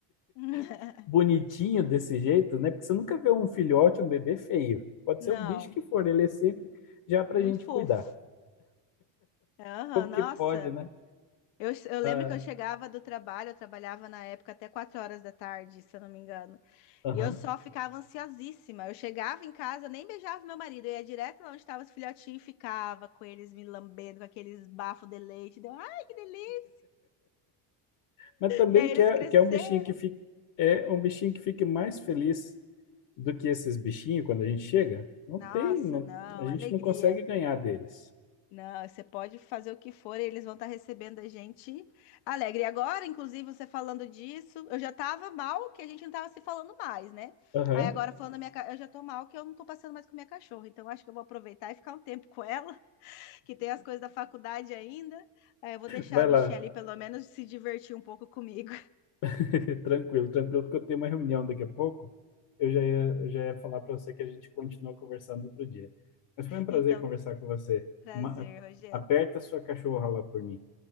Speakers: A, on the left; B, on the left.
A: <laughs>
B: <laughs> bonitinho desse jeito, né? Porque você nunca vê um filhote, um bebê feio. Pode
A: Não,
B: ser o bicho que for, ele é sempre já pra
A: muito
B: gente
A: fofo.
B: cuidar.
A: Aham,
B: Como
A: nossa.
B: que pode, né?
A: Eu, eu lembro
B: Ah,
A: que eu chegava do trabalho, eu trabalhava na época até 4 horas da tarde, se eu não me engano.
B: aham.
A: E eu só ficava ansiosíssima. Eu chegava em casa, eu nem beijava meu marido, eu ia direto lá onde estavam os filhotinhos e ficava com eles me lambendo, com aqueles bafos de leite. Deu, ai, que delícia!
B: Mas também
A: E aí
B: que
A: eles
B: é,
A: cresceram.
B: que é um bichinho que fica, é um bichinho que fique mais feliz do que esses bichinhos quando a gente chega? Não
A: Nossa,
B: tem, não-
A: não,
B: a gente
A: alegria.
B: não consegue ganhar deles.
A: Não, você pode fazer o que for, eles vão estar recebendo a gente alegre. E agora, inclusive, você falando disso, eu já tava mal que a gente não tava se falando mais, né?
B: Aham.
A: Aí agora falando da minha, ca- eu já tô mal que eu não tô passando mais com minha cachorra, então acho que eu vou aproveitar e ficar um tempo com ela, <laughs> que tem as coisas da faculdade ainda. Aí eu vou deixar
B: Vai
A: a bichinha
B: lá.
A: ali pelo menos se divertir um pouco comigo. <laughs>
B: <laughs> Tranquilo, tranquilo, porque eu tenho uma reunião daqui a pouco. Eu já ia, eu já ia falar para você que a gente continua conversando outro dia. Mas foi um prazer
A: Então,
B: conversar com você.
A: prazer,
B: Ma-
A: Rogério.
B: Aperta sua cachorra lá por mim.